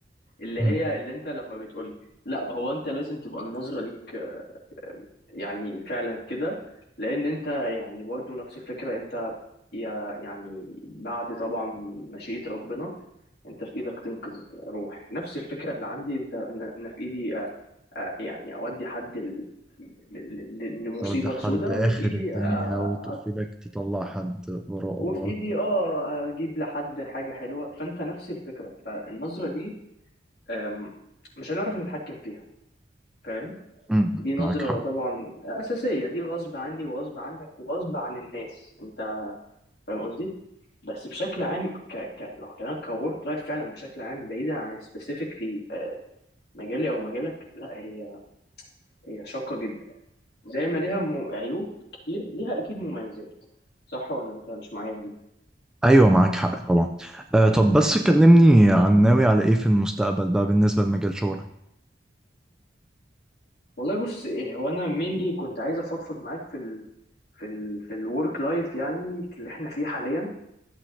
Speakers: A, on the left; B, in the centre.
A: اللي
B: مم.
A: هي اللي انت لما بتقول لي لا هو انت لازم تبقى النظره ليك يعني فعلا كده لان انت يعني برضو نفس الفكره انت يا يعني بعد طبعا مشيئه ربنا انت في ايدك تنقذ روح نفس الفكره اللي عندي انت انا أنا في ايدي أ- أ- يعني اودي حد ل- ل- ل- لمصيبه
B: تودي حد
A: سوداء
B: اخر
A: وفي ايدي
B: الدنيا
A: أ- أ-
B: وتقفلك تطلع حد وراه
A: وفي ايدي اه اجيب لحد حاجه حلوه فانت نفس الفكره فالنظره دي أم، مش هنعرف نتحكم فيها فاهم
B: مم.
A: دي نظرة
B: معاك حق
A: طبعا أساسية دي غصب عني وغصب عنك وغصب عن الناس أنت فاهم قصدي؟ بس بشكل عام ك... ك... لو كلامك كورك لايف فعلا بشكل عام بعيدا عن سبيسيفيكلي مجالي أو مجالك لا هي هي شاقة جدا زي ما ليها م... عيوب كتير ليها أكيد مميزات صح ولا أنت مش معايا في دي؟
B: ايوه معاك حق طبعا آه طب بس كلمني عن ناوي على ايه في المستقبل بقى بالنسبه لمجال شغلك
A: والله بص إيه، هو أنا مينلي كنت عايز أفضفض معاك في ال... في ال... في الورك لايف يعني اللي إحنا فيه حاليا